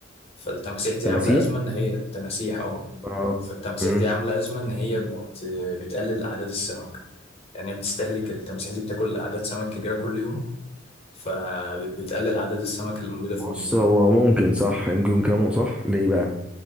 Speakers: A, on the left; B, in the centre.
A: فالتماسيح دي
B: تماسيح
A: عاملة أزمة إن هي تماسيح أه
B: آه.
A: فالتماسيح
B: مم.
A: دي عاملة أزمة إن هي بت بتقلل أعداد السمك يعني هي بتستهلك التماسيح دي بتاكل أعداد سمك كبيرة كل يوم فبتقلل أعداد السمك اللي موجودة
B: بص
A: في النيل
B: هو ممكن صح يمكن يكون كلامه صح ليه بقى